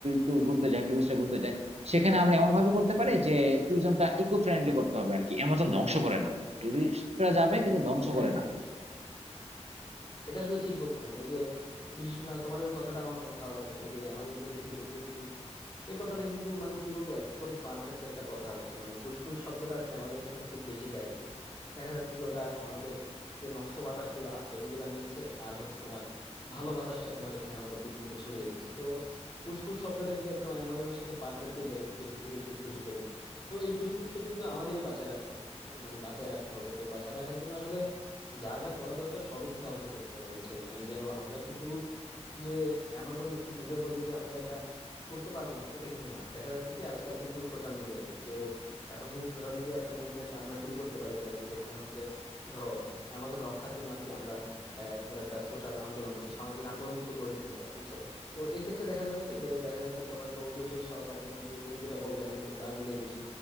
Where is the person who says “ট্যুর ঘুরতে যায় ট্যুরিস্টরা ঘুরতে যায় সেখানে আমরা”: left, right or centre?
Right